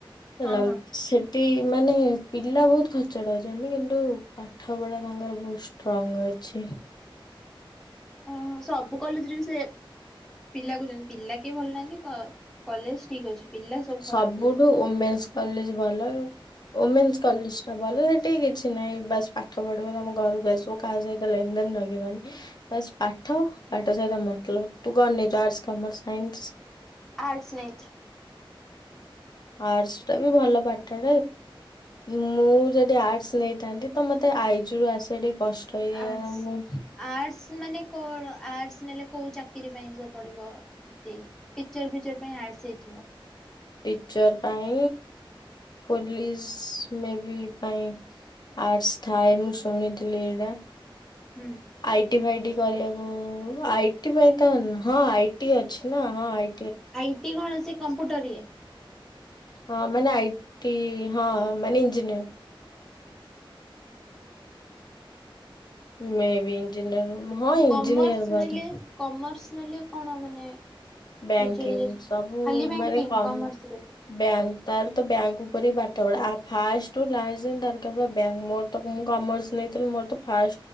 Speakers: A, on the left; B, in the centre.
A: <unintelligible>
B: ହଁ ହଁ।
A: ସେ ମାନେ ପିଲା ବହୁତ ଖେଚଡ଼ ଅଛନ୍ତି କିନ୍ତୁ ପାଠ ପଢା ତାଙ୍କର ବହୁତ ଷ୍ଟ୍ରଙ୍ଗ ଅଛି।
B: ଓ ସବୁ କଲେଜରେ ବି ସେ ପିଲା କହୁଛନ୍ତି ପିଲା କିଏ ଭଲ ନାହାନ୍ତି, କଲେଜ ଠିକ ଅଛି। ପିଲା ସବୁ ଖରାପ
A: ସବୁଠୁ
B: ବୋଲି ହଁ
A: ଓମେନ୍ସ କଲେଜ ଭଲ, ଓମେନ୍ସ କଲେଜ ତ ଭଲ ସେଠିକ କିଛି ନାହିଁ ବାସ ପାଠ ପଢିବ ତମ ଘରକୁ ଆସିବ କାହା ସହିତ ଲେନ ଦେନ ଲାଗିବନି। ବସ୍ ପାଠ, ପାଠ ସହିତ ମତଲବ ତୁ କରନିୁ ଆର୍ଟସ, କମର୍ସ, ସାଇନ୍ସ
B: ଆର୍ଟ୍ସ୍ ନେଇଚି।
A: ଆର୍ଟସ ଟା ବି ଭଲ ପାଠ। ମୁଁ ଯଦି ଆର୍ଟସ୍ ନେଇଥାନ୍ତି ତ ମତେ ଆଇଜ ରୁ ଆସେ ଟିକେ କଷ୍ଟ ହେଇଯାଇ
B: ଆର୍ଟସ୍,
A: ମୁଁ
B: ଆର୍ଟସ୍ ମାନେ କଣ ଆର୍ଟସ୍ ନେଲେ କୋଉ ଚାକିରୀ ପାଇଁ ସବୁ ପଡ଼ିବ? ଟିଚର ଫିଚର ପାଇଁ ଆଟସ ହେଇଥିବ।
A: ଟିଚର ପାଇଁ ପୋଲିସ ମେବି ପାଇଁ ଆର୍ଟ୍ସ ଥାଏ, ମୁଁ ଶୁଣିଥିଲି ବା
B: ହୁଁ
A: ଆଇଟି ଭାଇଟି କରିବାକୁ, ଆଇଟି ପାଇଁ ତ, ହଁ ଆଇ ଟି ଅଛି ନା ହଁ ଆଇ
B: ଆଇ ଟି କଣ? ସେ କମ୍ପ୍ୟୁଟର ଇଏ
A: ହଁ ମାନେ ଆଇଟି ହଁ ମାନେ ଇଞ୍ଜିନିୟର୍। ମେ ବି ଇଞ୍ଜିନିୟର, ହଁ ଇଞ୍ଜିନିୟର
B: କମର୍ସ
A: ବୋଧେ
B: ନେଲେ କମର୍ସ ନେଲେ କଣ ମାନେ?
A: ବ୍ୟାଙ୍କିଙ୍ଗ
B: ଖାଲି
A: ସବୁ
B: ବ୍ୟାଙ୍କିଙ୍ଗ
A: ମାନେ କମ
B: କମର୍ସରେ।
A: ବ୍ୟାଙ୍କ ତାର ତ ବ୍ୟାଙ୍କ ଉପରେ ହି ପାଠ ପଢ଼ା, ଫାର୍ଷ୍ଟ ରୁ ଲାଷ୍ଟ ଯାଏଁ ତାରା ବ୍ୟାଙ୍କ ମୋର ମୁଁ କମର୍ସ ନେଇଥିଲି, ମୋର ତ ଫ